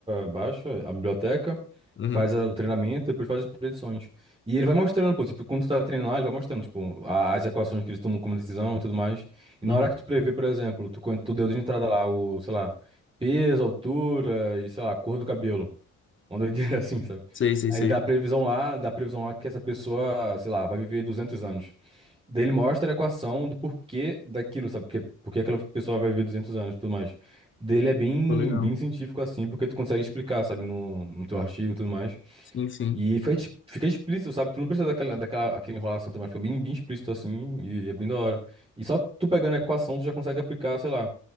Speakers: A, on the right; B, on the left.
A: baixa a biblioteca,
B: aham,
A: faz a- o treinamento, depois faz as predições. E ele vai mostrando, pô, tipo, quando tu tá treinando lá, ele vai mostrando, tipo, a- as equações que eles tomam como decisão e tudo mais. E
B: uhum.
A: na hora que tu prevê, por exemplo, tu, quan- tu deu de entrada lá o, sei lá, peso, altura e, sei lá, cor do cabelo. Uma doideira <laughs> assim, sabe?
B: Sei, sei,
A: Aí
B: sei.
A: ele dá a previsão lá, dá a previsão lá que essa pessoa, sei lá, vai viver 200 anos. Daí ele mostra a equação do porquê daquilo, sabe? Porque, porque aquela pessoa vai viver 200 anos e tudo mais. Dele é bem,
B: Pô, legal.
A: bem científico assim, porque tu consegue explicar, sabe? No, no teu artigo e tudo mais.
B: Sim, sim.
A: E fica, ex- fica explícito, sabe? Tu não precisa daquela, daquela aquela enrolação também, fica bem, bem explícito assim, e é bem da hora. E só tu pegando a equação, tu já consegue aplicar, sei lá,